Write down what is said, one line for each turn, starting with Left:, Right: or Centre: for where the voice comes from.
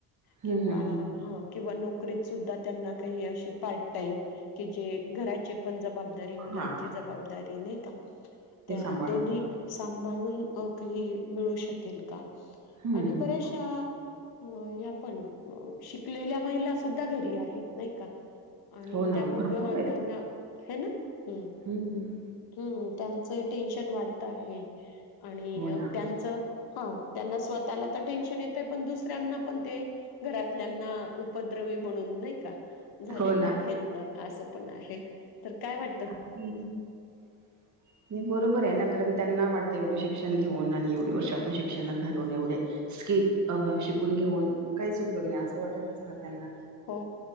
Right: हम्म
Left: किंवा
Right: हम्म
Left: ह किंवा नोकरीत सुद्धा त्यांना काही अशी काही अ पार्ट टाईम कि जे. घराची पण जबाबदारी मुलांची
Right: हा
Left: जबाबदारी नाही का?
Right: ते
Left: त्या
Right: सांभाळून
Left: दोन्ही. सांभाळुन अ काही मिळूं शकेल का
Right: हम्म
Left: आणि बऱ्याचशा. हो या पण शिकलेल्या महिला सुुद्धा घरी आहेत नाही का? का आणि
Right: हो ना
Left: त्या मग
Right: भरपूर आहेत
Left: त्यांना है ना? हु
Right: हम्म हम्
Left: हम्म त्यांचं टेन्शन वाढत आहे आणि
Right: हो ना
Left: त्यांचं हा. त्यांना स्वतःला तर टेन्शन येतंय पण दुस. ऱ्यांना पण ते घरातल्याना उपद्रवी म्हणून नाही का? झालेले
Right: हो
Left: आहेत असं पण आहे तर काय वाट?
Right: ह बरोबर आहे ना कारण त्यांना वाटतं एवढ शिक्षण घेऊन आणि एवढे वर्ष आपण शिक्षणात घालून एवढे. स्किल अ शिकून घेऊन काहीच उपयोग नाही असं वाटत असनार त्यांना.
Left: हो